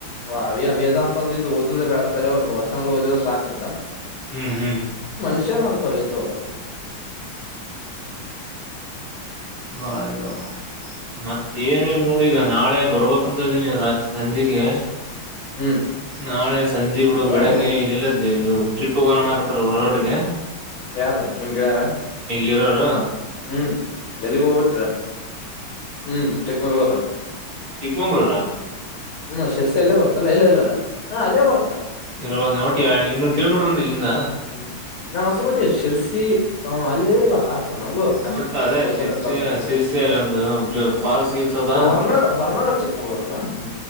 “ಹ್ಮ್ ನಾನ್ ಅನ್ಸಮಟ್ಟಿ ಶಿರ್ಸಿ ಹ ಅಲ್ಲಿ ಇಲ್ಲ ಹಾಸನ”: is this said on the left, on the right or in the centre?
Left